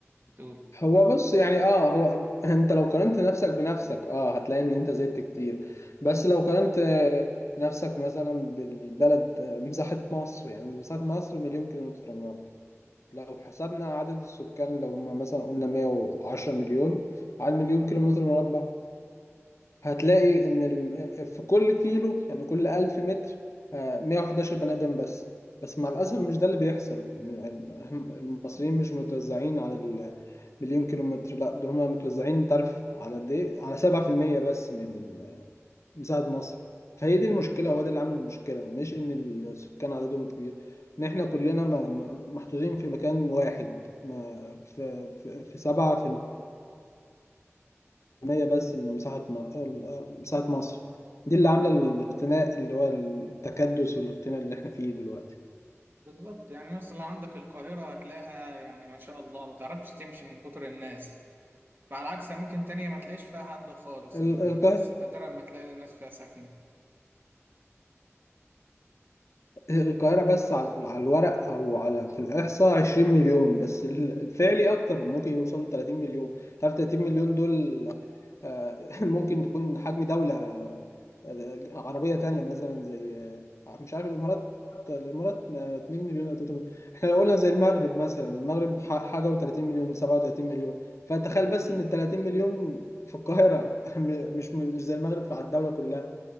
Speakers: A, on the right (about 45°); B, on the left (about 70°).
A: بتقول
B: هو بص يعني اه هو <laughs> انت لو قارنت نفسك بنفسك اه هتلاقي ان انت زدت كتير بس لو قارنت آه، نفسك مثلا بالبلد آه، مساحة مصر يعني مساحة مصر مليون كيلومتر مربع لو حسبنا عدد السكان لو ما مثلا قلنا 110 مليون على مليون كيلومتر مربع هتلاقي ان ال- في كل كيلو يعني كل 1000 متر آه، 111 بني ادم بس بس مع الاسف مش ده اللي بيحصل م- المصريين مش متوزعين على المليون كيلومتر لا ده هم متوزعين انت عارف على قد ايه على 7% بس من مساحة مصر فهي دي المشكلة هو ده اللي عامل المشكلة مش ان السكان عددهم كبير ان احنا كلنا م- م- محطوطين في مكان واحد ما- في في في 7% مية بس من مساحة م- مساحة مصر دي اللي عاملة الاختناق اللي هو التكدس والاختناق اللي احنا فيه دلوقتي
A: بالظبط يعني مثلا عندك القاهرة هتلاقيها يعني ما شاء الله ما تعرفش تمشي من كتر الناس فعلى عكس أماكن تانية ما تلاقيش فيها حد خالص
B: ال-
A: يعني
B: القاهرة
A: ناس نادرا ما تلاقي ناس فيها ساكنة
B: القاهرة بس على على الورق أو على في الإحصاء 20 مليون بس ال- الفعلي أكتر ممكن يوصلوا ل 30 مليون تعرف 30 مليون دول آه، <laughs> ممكن تكون حجم دولة آه، عربية تانية مثلا زي آه، مش عارف الإمارات الإمارات ما 2 مليون أو 3 مليون إحنا لو قلنا زي المغرب مثلا المغرب ح- حاجة و30 مليون 37 مليون فتخيل بس
A: مم.
B: إن ال 30 مليون في القاهرة <laughs> مش مش زي المغرب على الدولة كلها